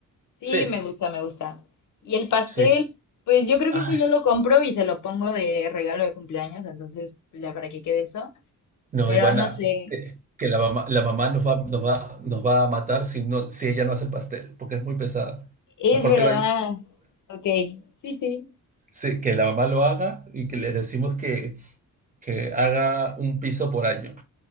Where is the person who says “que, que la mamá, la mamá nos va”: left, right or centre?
Right